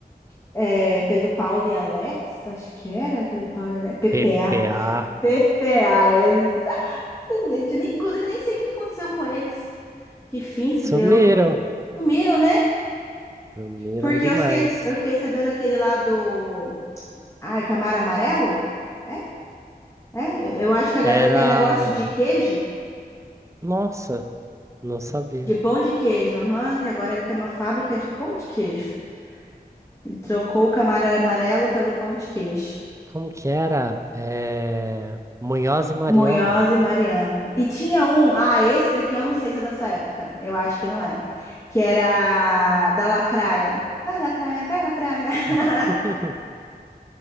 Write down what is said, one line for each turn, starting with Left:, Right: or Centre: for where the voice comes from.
Left: é, Pedro Paulo e Alex, acho que era Pedro Paulo e Alex, PPA.
Right: PPA.
Left: PPA, Exatamente. Nem- Inclusive, nem sei o que que aconteceu com eles. Que fim se deu.
Right: Sumiram,
Left: Sumiram, né?
Right: sumiram
Left: Porque
Right: demais.
Left: eu fiquei, eu fiquei sabendo aquele lá do. Ai, Camaro Amarelo? É? É? Eu acho que agora
Right: Era.
Left: ele tem um negócio de queijo.
Right: Nossa, não sabia.
Left: De pão de queijo. Aham, que agora ele tem uma fábrica de pão de queijo. Ele trocou o Camaro Amarelo pelo pão de queijo.
Right: Como que era? É... Munhoz e Mariano.
Left: Munhoz e Mariano. E tinha um. Ah, esse daqui eu não sei se é dessa época. Eu acho que não é. Que era da Lacraia. Vai, Lacraia, vai, Lacraia. <laughs>
Right: <laughs>